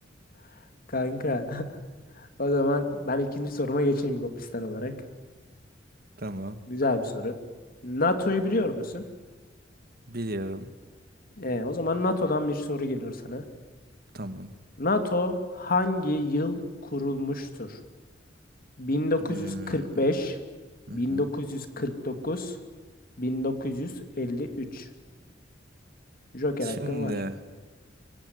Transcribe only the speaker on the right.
Tamam.
Biliyorum.
Tamam.
Hmm, hı
hı.
Şimdi